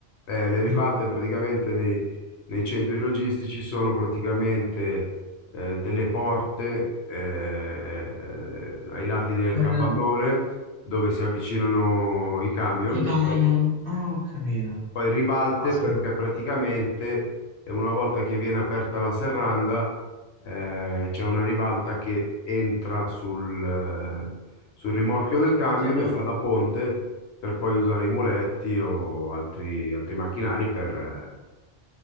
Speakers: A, on the left; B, on the right.
A: Eh, le ribalte
B: no.
A: praticamente nei, nei centri logistici sono praticamente eh, delle porte eh, ai lati del
B: Per
A: capannone dove si avvicinano i camion
B: i camion.
A: e poi,
B: Ah, ho capito.
A: poi ribalte
B: Caspita.
A: perché praticamente eh, una volta che viene aperta la serranda eh, c'è una ribalta che entra sul, eh, sul rimorchio del
B: Il
A: camion
B: portellone.
A: e fa da ponte per poi usare i muletti o altri, altri macchinari per, eh,